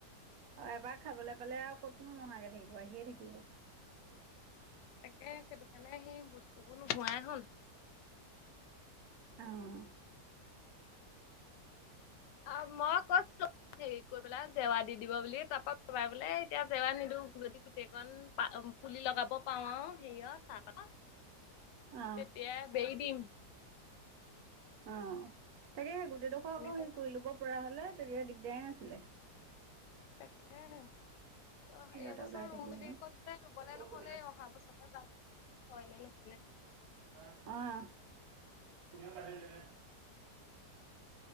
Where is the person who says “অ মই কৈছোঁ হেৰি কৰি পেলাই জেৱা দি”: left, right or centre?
Left